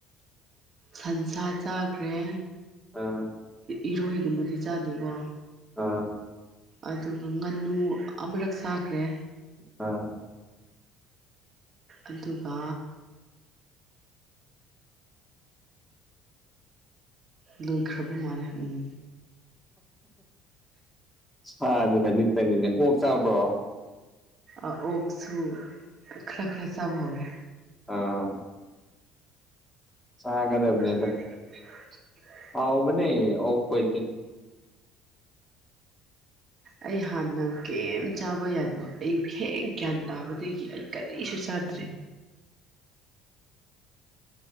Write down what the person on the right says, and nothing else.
ꯁꯟꯁꯥ ꯆꯥꯈ꯭ꯔꯦ
ꯏꯔꯣꯏꯒꯨꯝꯕꯗꯤ ꯆꯥꯗꯦꯕꯣ
ꯑꯗꯨꯒ ꯉꯥꯅꯨ ꯑꯃꯨꯔꯛ ꯁꯥꯈ꯭ꯔꯦ
ꯑꯗꯨꯒ ꯂꯣꯏꯈ꯭ꯔꯕ ꯃꯥꯜꯂꯦ ꯎꯝ
ꯑꯣꯛꯁꯨ ꯈꯔ ꯈꯔ ꯆꯥꯕ ꯍꯧꯔꯦ
ꯃꯥꯦꯗꯔꯗꯤ <inaudible>
ꯑꯩ ꯍꯥꯟꯅ ꯀꯔꯤꯝ ꯆꯥꯕ ꯌꯥꯗꯕ ꯑꯩ ꯍꯦꯛ ꯒ꯭ꯌꯥꯟ ꯇꯥꯕꯗꯒꯤ ꯑꯩ ꯀꯔꯤꯁꯨ ꯆꯥꯗ꯭ꯔꯦ